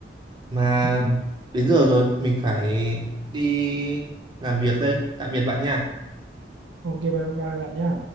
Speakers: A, on the right; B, on the right.
A: mà
B: Ừ.
A: đến giờ rồi mình phải đi làm việc đây tạm biệt bạn nha
B: ok bye bye bạn nhá